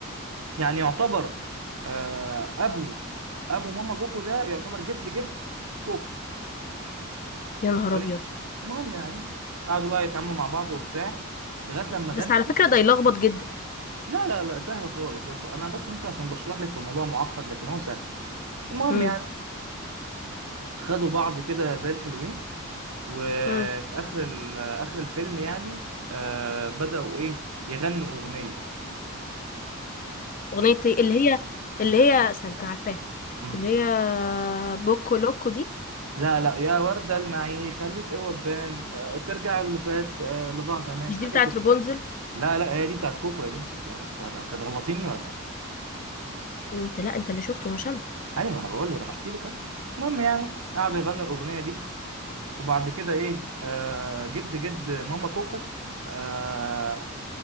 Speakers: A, on the right; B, on the left.
A: يعني يعتبر آه، ابو ابو ماما كوكو ده يعتبر جد جد كوكو واخدني
B: يا نهار
A: بالك
B: ابيض
A: المهم يعني قعدوا بقى يتعاملوا مع بعض وبتاع لغايه لما
B: بس
A: غنوا
B: على فكرة ده يلخبط جدا
A: لا لا لا سهل خالص لا تف- انا بس ممكن عشان بشرح لك في الموضوع معقد لكن هو سهل المهم
B: امم
A: يعني خدوا بعض كده زي الحلوين وفي
B: امم
A: اخر ال- اخر الفيلم يعني آه بدأوا ايه يغنوا اغنيه
B: اغنية ايه اللي هي اللي هي استنى انا عارفاها
A: آه.
B: اللي هي بوكو لوكو دي
A: لا لا يا وردة المعي خليه تقوى بان آه، ترجع اللي فات آه، اللي ضاع زمان
B: مش
A: حاجة
B: دي بتاعت
A: كده
B: رابونزل
A: لا لا هي دي بتاعت كوكو يا بنتي انت هت- هت- هتغلطيني ولا ايه
B: انت لا انت اللي شفته مش انا
A: ايوه انا بقول لك، انا بحكي لك اهو المهم يعني قعدوا يغنوا الأغنية دي وبعد كده ايه آه جد جد ماما كوكو آه